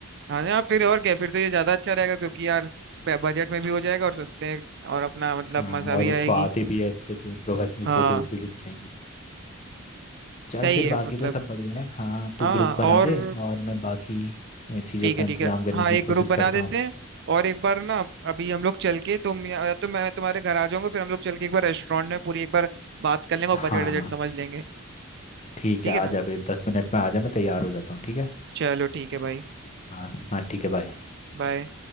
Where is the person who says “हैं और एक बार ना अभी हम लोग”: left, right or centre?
Right